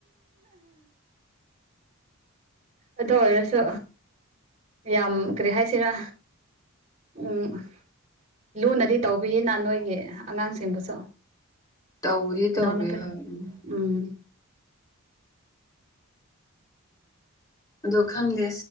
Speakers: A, on the right (about 30°); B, on the left (about 15°).
A: ꯑꯗꯨ ꯑꯣꯏꯔꯁꯨ ꯌꯥꯝ ꯀꯔꯤ ꯍꯥꯏꯁꯤꯔꯥ ꯎꯝ ꯂꯨꯅꯗꯤ ꯇꯧꯕꯤꯌꯦꯅ ꯅꯣꯏꯒꯤ ꯑꯉꯥꯡꯁꯤꯡꯕꯨꯁꯨ
B: ꯇꯧꯕꯨꯗꯤ
A: ꯏꯅꯥꯎꯅꯨꯄꯤ
B: ꯇꯧꯕꯥ ꯍꯣꯏ ꯎꯝ
A: ꯎꯝ
B: ꯑꯗꯣ ꯈꯪꯗꯦ